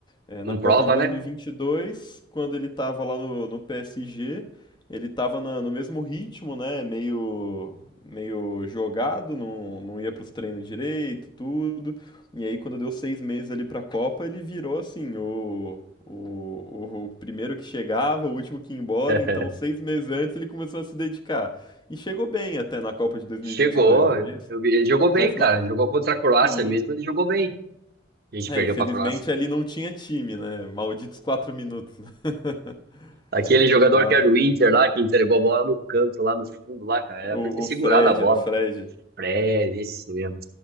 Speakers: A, on the left (about 25°); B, on the right (about 55°).
A: É,
B: Não
A: na Copa
B: prova,
A: de 2022,
B: né?
A: quando ele tava lá no, no PSG, ele tava na- no mesmo ritmo, né? Meio, meio jogado, não, não ia pros treinos direito, tudo. E aí, quando deu seis meses ali pra Copa, ele virou assim, o, o, o, o primeiro que chegava, o último que ia embora.
B: <laughs>
A: Então, seis meses antes, ele começou a se dedicar. E chegou bem até na Copa de 2022,
B: Chegou.
A: né? Mas,
B: Eu vi- ele jogou bem,
A: mas
B: cara.
A: não,
B: Jogou contra a Croácia
A: sim.
B: mesmo, ele jogou bem. A gente
A: É,
B: perdeu
A: infelizmente
B: pra Croácia.
A: ali não tinha time, né? Malditos quatro minutos. <laughs>
B: Aquele jogador
A: Mas
B: que era do Inter lá, que entregou a bola no canto, lá no fundo, lá, cara. Era
A: o,
B: pra ele ter segurado
A: o Fred
B: a bola.
A: era o Fred.
B: Fred, esse mesmo.